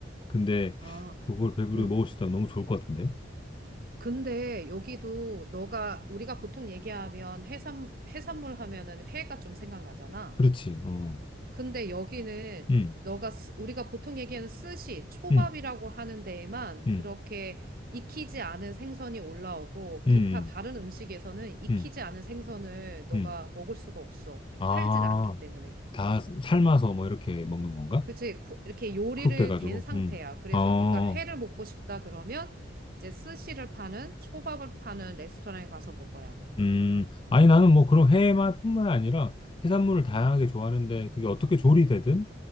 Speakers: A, on the left; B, on the right.
A: 근데
B: 아.
A: 그걸 배부르게
B: 응.
A: 먹을 수 있다면 너무 좋을 것 같은데?
B: 근데 여기도 너가 우리가 보통 얘기하면 해산 해산물 하면은 회가 좀 생각나잖아.
A: 그렇지, 어.
B: 근데 여기는
A: 음,
B: 너가 쓰- 우리가 보통 얘기하는 스시, 초밥이라고
A: 음,
B: 하는 데에만
A: 음,
B: 그렇게 익히지 않은 생선이 올라오고
A: 음,
B: 기타 다른 음식에서는 익히지
A: 음,
B: 않은 생선을 너가
A: 음.
B: 먹을 수가 없어.
A: 아,
B: 팔질 않기 때문에.
A: 다 삶아서 뭐 이렇게 먹는 건가?
B: 그치? 쿠- 이렇게 요리를
A: 쿡 돼가지고,
B: 된 상태야.
A: 음.
B: 그래서
A: 어. 어, 어.
B: 네가 회를 먹고 싶다 그러면 이제 스시를 파는 초밥을 파는 레스토랑에 가서 먹어야 돼.
A: 음, 아니, 나는 뭐 그런 해만 뿐만 아니라 해산물을 다양하게
B: 음,
A: 좋아하는데 그게 어떻게 조리되든